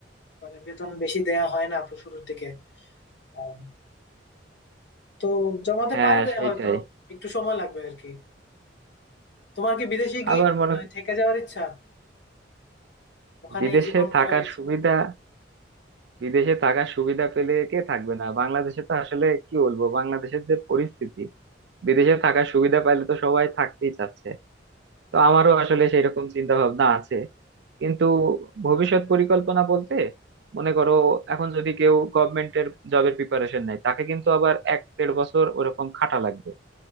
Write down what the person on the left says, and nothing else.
মানে বেতন বেশি দেয়া হয় না তো শুরুর দিকে আহ, তো জমাতে
পারবে
হয়তো একটু সময় লাগবে আর কি তোমার কি বিদেশে গিয়ে
মানে থেকে যাওয়ার ইচ্ছা ওখানেই
জীবন
গড়ার ইচ্ছা